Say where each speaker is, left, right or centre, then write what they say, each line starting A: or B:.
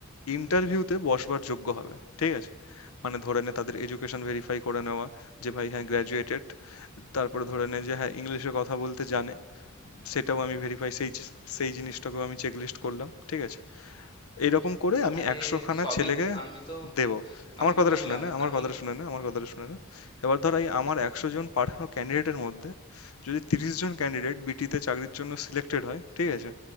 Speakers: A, on the left; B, on the left.
A: ইন্টারভিউতে বসবার যোগ্য হবে ঠিক আছে মানে ধরে নে তাদের এডুকেশন ভেরিফাই করে নেওয়া যে ভাই হ্যাঁ গ্র্যাজুয়েটেড তারপরে ধরে নে যে হ্যাঁ ইংলিশে কথা বলতে জানে সেটাও আমি ভেরিফাই সেই চি- সেই জিনিসটাকেও আমি চেকলিস্ট করলাম ঠিক আছে এইরকম করে আমি
B: আরে
A: একশোখানা
B: সবই
A: ছেলেকে
B: আমি তো
A: দেব
B: আমি
A: আমার কথাটা
B: বুঝলাম
A: শুনে না আমার
B: আমি
A: কথাটা শুনে না আমার কথাটা শুনে না এবার ধর এই আমার
B: হ্যাঁ
A: একশো জন পাঠানো ক্যান্ডিডেটের মধ্যে যদি তিরিশ জন ক্যান্ডিডেট বিটিতে চাকরির জন্য সিলেক্টেড হয় ঠিক আছে